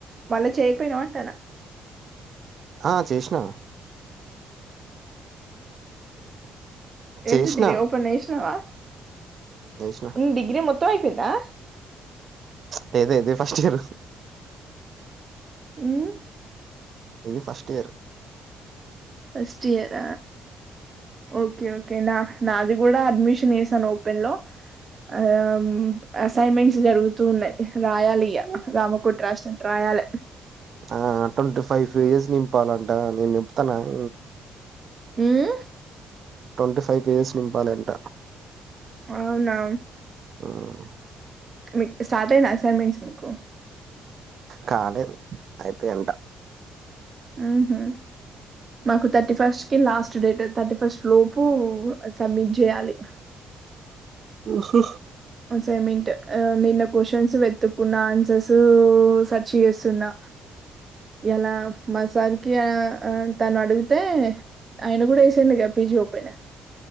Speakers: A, on the right; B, on the right.
A: మళ్ళా చేకపోయినావా అంటన
B: ఆ చేసినా చేసిన
A: ఎంటి దిరి ఓపెన్ చేష్ణవా
B: చేసిన
A: ఉం డిగ్ర్రి మొత్తం అయిపోయిందా
B: లేద ఇదే ఫస్ట్ ఇయరు
A: ఉమ్
B: ఇది first year
A: first year okay okay నా నాది కూడా అడ్మిషన్ వేసాను ఓపెన్ లో ఆ అసైన్మెంట్స్ జరుగుతూ ఉన్నాయి రాయాలి ఇగ రామకోటి రాసినట్టు రా రాయాలె
B: ఆ ట్వంటీ ఫైవ్ పెజెస్ నింపాలంటా నేను నింపుతాను ఆగు
A: ఉమ్
B: ట్వంటీ ఫైవ్ పేజెస్ నింపాలంట
A: అవునా
B: ఉమ్
A: మిక్ స్టార్ట్ అయిన అసైన్మెంట్స్ మీకు
B: కాలెదు అయితయ అంట
A: ఉహు మాకు తరి thirty first last date thirty first లోపు సబ్మిట్ జేయాలి.
B: వసే <inaudible>
A: అసెమెంట్ నిన్న క్వశ్చన్స్ వెతుక్కున్న ఆన్సర్స్ సెర్చ్ చేస్ న్నా ఇలా మా సార్ కి అ తను అడిగితే. ఆయన కూడా చేసిండుగా పీజీ ఓపెన్.